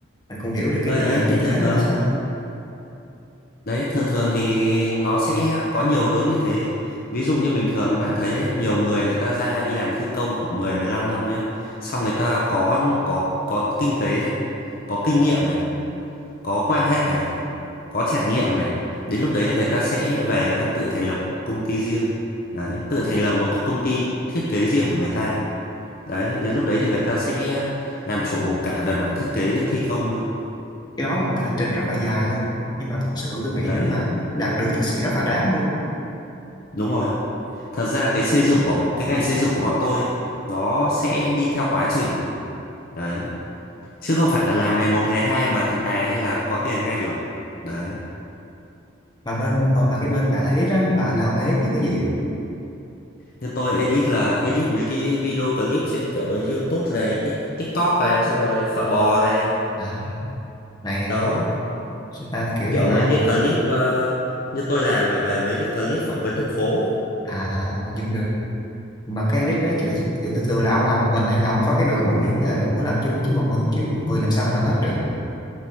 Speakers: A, on the left (about 20°); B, on the left (about 45°).
A: mình cũng hiểu được cái
B: ở
A: tình
B: đấy
A: hình thực
B: thì thường
A: tế ra
B: thường
A: sao
B: Đấy, thường thường thì nó sẽ có nhiều hướng như thế. Ví dụ như bình thường bạn thấy ấy, nhiều người người ta ra đi làm thi công khoảng 10 15 năm nhá. Xong người ta có có có kinh tế này, có kinh nghiệm này, có quan hệ này, có trải nghiệm này. Đến lúc đấy là người ta sẽ về người ta tự thành lập công ty riêng. Đấy, tự thành lập một cái công ty thiết kế riêng của người ta. Đấy, đến lúc đấy thì người ta sẽ làm chủ cả về mảng thiết kế lẫn thi công luôn.
A: cái đó là một cái hành trình rất là dài luôn á nhưng mà thật sự tôi nghĩ
B: Đấy,
A: nếu mà đạt được thì sẽ rất là đáng luôn
B: đúng rồi. thật ra cái xây dựng của cái ngành xây dựng của bọn tôi ấy, nó sẽ đi theo quá trình đấy chứ không phải là làm ngày một ngày hai mà thành tài hay là có tiền ngay được đấy
A: mà bên ờ, mà cái bên bạn edit á là là ông edit những cái gì
B: như tôi edit là edit mấy cái video clip trên kiểu YouTube này Tik- TikTok này xong rồi phở bò này
A: À, này
B: đó
A: chúng ta kiểu như
B: kiểu
A: là
B: mấy cái clip ờ, như tôi làm là về mấy cái clip phỏng vấn đường phố ấy.
A: à à hình dung được mà cái edit đấy kiểu kiểu thường thường là ông làm một mình hay là ông có cái đội ngũ gì không hay là đội ngũ làm chung chứ một mình chứ một người làm sao mà làm hết được